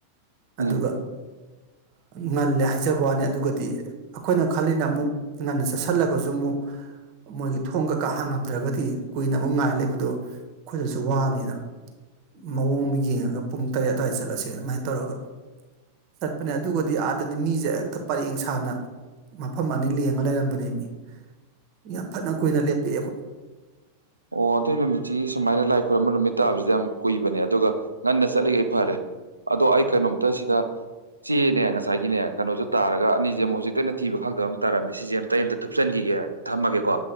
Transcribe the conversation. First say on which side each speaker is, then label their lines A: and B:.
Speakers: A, on the right (about 40°); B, on the right (about 80°).
A: ꯑꯗꯨꯒ
B: ꯎꯝ
A: ꯉꯜꯂꯦ ꯍꯥꯏꯖꯕ ꯋꯥꯅꯤ ꯑꯗꯨꯒꯗꯤ ꯈꯣꯏꯅ ꯈꯜꯂꯤꯅ ꯑꯃꯨꯛ ꯉꯟꯅ ꯆꯠꯁꯜꯂꯒꯖꯨ ꯑꯃꯨꯛ ꯃꯣꯏꯒꯤ ꯊꯣꯡꯒ ꯀꯥꯍꯥꯡꯉꯝꯗ꯭ꯔꯒꯗꯤ ꯀꯨꯏꯅ ꯑꯃꯨꯛ ꯉꯥꯏ ꯂꯩꯕꯗꯣ ꯑꯩꯈꯣꯏꯗꯁꯨ ꯋꯥꯅꯤꯅ ꯃꯑꯣꯡ ꯑꯃ ꯌꯦꯡꯉꯒ ꯄꯨꯡ ꯇꯔꯦꯠ ꯑꯗꯨꯋꯥꯏꯗ ꯆꯠꯂꯁꯦ ꯑꯗꯨꯃꯥꯏꯅ ꯇꯧꯔꯒ ꯆꯠꯄꯅꯦ ꯑꯗꯨꯒꯗꯤ ꯑꯥꯗꯅꯤ ꯃꯤꯖꯦ ꯍꯦꯛꯇ ꯄꯔꯦꯡ ꯁꯥꯅ ꯃꯐꯝ ꯑꯅꯤ ꯂꯦꯡꯉ ꯂꯩꯔꯝꯕꯅꯦ ꯃꯤ ꯌꯥꯝ ꯐꯠꯅ ꯀꯨꯏꯅ ꯂꯦꯞꯄꯦ
B: ꯑꯣ ꯑꯗꯨꯏ ꯅꯨꯃꯤꯠꯁꯤ ꯁꯨꯃꯥꯏꯅ ꯂꯥꯏ ꯈꯨꯣꯏꯔꯝꯕ ꯅꯨꯃꯤꯠ ꯇꯥꯕꯁꯤꯗ ꯌꯥꯝ ꯀꯨꯏꯕꯅꯦ ꯑꯗꯨꯒ ꯉꯟꯅ ꯆꯠꯂꯤꯈꯩ ꯐꯔꯦ ꯑꯗꯣ ꯑꯩ ꯀꯩꯅꯣꯝꯇ ꯁꯤꯗ ꯆꯦꯅꯦ ꯉꯁꯥꯏꯒꯤꯅꯦ ꯀꯩꯅꯣꯁꯨ ꯇꯥꯔꯒ ꯑꯅꯤꯁꯦ ꯑꯃꯨꯛ ꯍꯧꯖꯤꯛꯀꯟꯅ ꯊꯤꯕ ꯈꯪꯗꯕ ꯑꯃ ꯇꯥꯔꯝꯃꯤ ꯁꯤꯁꯦ ꯑꯝꯇ ꯑꯃꯝꯇ ꯊꯨꯞꯆꯟꯈꯤꯒꯦ ꯑꯦ ꯊꯝꯃꯒꯦꯀꯣ